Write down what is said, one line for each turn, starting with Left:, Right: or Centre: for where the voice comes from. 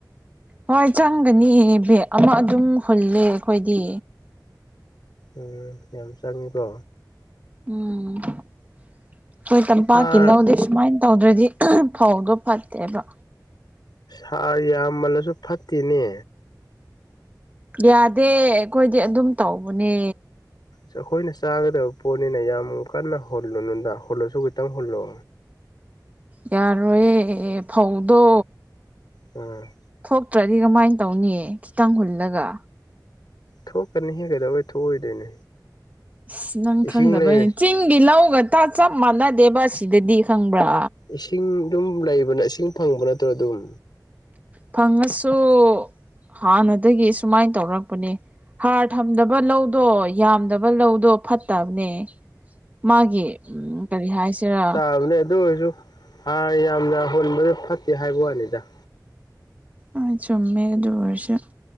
Right: ꯍꯣꯏ ꯆꯪꯒꯅꯤ ꯕꯦꯛ ꯑꯃ ꯑꯗꯨꯝ ꯍꯨꯜꯂꯦ ꯑꯩꯈꯣꯏꯗꯤ
Left: ꯎꯝ ꯌꯥꯝ ꯆꯪꯉꯤꯀꯣ
Right: ꯎꯝ ꯑꯩꯈꯣꯏ ꯇꯝꯄꯥꯛꯀꯤ
Left: ꯍꯥꯔ
Right: ꯂꯧꯗꯤ ꯁꯨꯃꯥꯏ ꯇꯧꯗ꯭ꯔꯗꯤ ꯐꯧꯗꯣ ꯐꯠꯇꯦꯕ
Left: ꯍꯥꯔ ꯌꯥꯝꯃꯜꯂꯁꯨ ꯐꯠꯇꯦꯅꯦ
Right: ꯌꯥꯗꯦ ꯑꯩꯈꯣꯏꯗꯤ ꯑꯗꯨꯝ ꯇꯧꯕꯅꯦ
Left: ꯑꯩꯈꯣꯏꯅ ꯆꯥꯒꯗꯕ ꯄꯣꯠꯅꯤꯅ ꯌꯥꯝ ꯀꯟꯅ ꯍꯨꯜꯂꯨꯗ ꯍꯨꯜꯂꯁꯨ ꯈꯤꯇꯪ ꯍꯨꯜꯂꯣ
Right: ꯌꯥꯔꯣꯏꯌꯦ ꯐꯧꯗꯣ
Left: ꯎꯝ
Right: ꯊꯣꯛꯇ꯭ꯔꯗꯤ ꯀꯃꯥꯏꯅ ꯇꯧꯅꯤ ꯈꯤꯇꯪ ꯍꯨꯜꯂꯒ
Left: ꯊꯣꯛꯀꯅꯤ ꯍꯦ ꯀꯩꯗꯧ ꯊꯣꯛꯑꯣꯏꯗꯣꯏꯅꯣ
Right: ꯑꯁ ꯅꯪ
Left: ꯏꯁꯤꯡ
Right: ꯈꯪꯗꯕꯩꯅꯤ
Left: ꯂꯩꯔꯦ
Right: ꯆꯤꯡꯒꯤ ꯂꯧꯒ ꯆꯞ ꯃꯥꯟꯅꯗꯦꯕ ꯁꯤꯗꯗꯤ ꯈꯪꯕ꯭ꯔꯥ
Left: ꯏꯁꯤꯡ ꯑꯗꯨꯝ ꯂꯩꯕꯅꯦ ꯏꯁꯤꯡ ꯐꯪꯕ ꯅꯠꯇ꯭ꯔꯣ ꯑꯗꯨꯝ
Right: ꯐꯪꯉꯁꯨ ꯍꯥꯟꯅꯗꯒꯤ ꯁꯨꯃꯥꯏꯅ ꯇꯧꯔꯛꯄꯅꯦ ꯍꯥꯔ ꯊꯝꯗꯕ ꯂꯧꯗꯣꯏ ꯌꯥꯝꯗꯕ ꯂꯧꯗꯣ ꯐꯠꯇꯕꯅꯦ ꯃꯥꯒꯤ ꯀꯔꯤ ꯍꯥꯏꯁꯤꯔꯥ
Left: ꯐꯅꯦ ꯑꯗꯨ ꯑꯣꯏꯁꯨ ꯍꯥꯔ ꯌꯥꯝꯅ ꯍꯣꯟꯕꯁꯦ ꯐꯠꯇꯦ ꯍꯥꯏꯕ ꯋꯥꯅꯤꯗ
Right: ꯑ ꯆꯨꯝꯃꯦ ꯑꯗꯨ ꯑꯣꯏꯔꯁꯨ